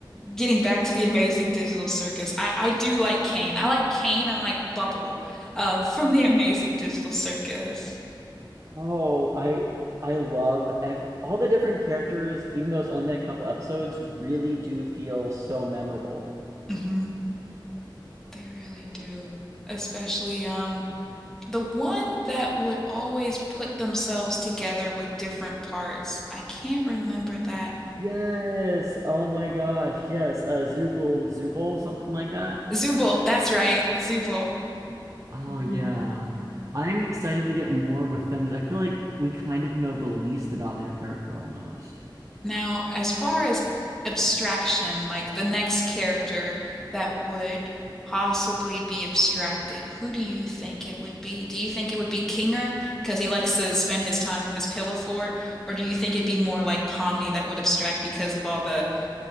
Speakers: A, in the centre; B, on the right.
A: getting back to the Amazing Digital Circus, I I do like Kane. I like Kane and like Bubble um from the Amazing Digital Circus.
B: Oh, I I love ev all the different characters, even though it's only been a couple episodes, really do feel so memorable.
A: hmm They really do. Especially um the one that would always put themselves together with different parts. I can't remember that
B: Yes. Oh my gosh. Yes. Uh, Zoogle, Zooble, something like that.
A: Zubul, that's right, Zubul.
B: Oh yeah.
A: Mhm.
B: I'm excited to get more with them because I feel like we kind of know the least about their character almost.
A: Now, as far as abstraction, like the next character that would possibly be abstracted, who do you think it would be? Do you think it would be Kinger because he likes to spend his time in his pillow fort, or do you think it'd be more like Pomni that would abstract because of all the